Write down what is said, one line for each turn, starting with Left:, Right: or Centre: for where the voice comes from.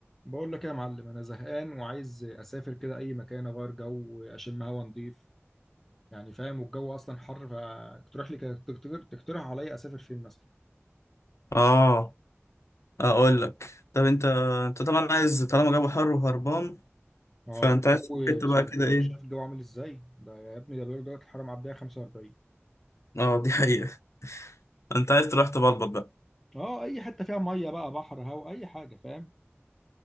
Centre: بقول لك ايه يا معلم انا زهقان وعايز اسافر كده اي مكان اغير جو اشم هوا نضيف يعني فاهم والجو اصلا حر فتقترح لي كده- تقترح تقترح عليا اسافر فين مثلا
Left: اه اقول لك طب انت انت طبعا عايز طالما جو حر وهربان
Centre: اه
Left: فانت عايز
Centre: الجو
Left: تروح حته
Centre: شايف
Left: بقى كده ايه
Centre: شايف الجو عامل ازاي ده يا ابني ده بيقول درجه الحراره معديه 45
Left: اه دي حقيقه <laughs> انت عايز تروح تبلبط بقى
Centre: اه اي حته فيها ميه بقى بحر هوا اي حاجه فاهم